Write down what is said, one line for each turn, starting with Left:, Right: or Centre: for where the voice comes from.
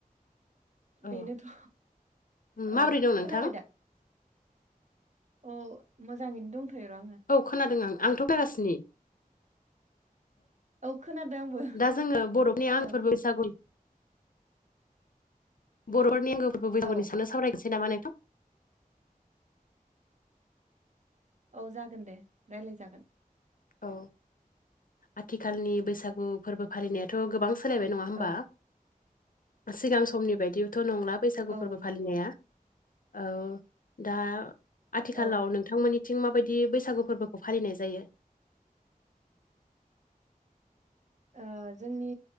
Left: औ
Right: बेनोथ'
Left: उम, माबोरै
Right: औ
Left: दं
Right: खोनाबाय
Left: नोंथां
Right: दा? अ मोजाङैनो दंथ'योर' आङो।
Left: औ खोनादों आं आंथ' गारासिनि।
Right: औ खोनादों आंबो
Left: दा जोङो बर'फनि आंफोर
Right: औ
Left: बैसागु बर'फोरनि आंगो फोरबो बैसागुनि
Right: औ
Left: सायाव सावरायनोसै नामा नोंथां?
Right: औ जागोन दे रायलाय जागोन।
Left: औ आथिखालनि बैसागु फोरबो फालिनायाथ' गोबां सोलायबाय नङा होमबा?
Right: औ
Left: सिगां समनि बायदिबोथ' नंला बैसागु
Right: औ
Left: फोरबो
Right: नंगौ
Left: फालिनाया। औ दा आथिखालाव
Right: औ
Left: नों नोंथांमोननिथिं माबायदि बैसागु फोरबोखौ फालिनाय जायो।
Right: ओ जोंनि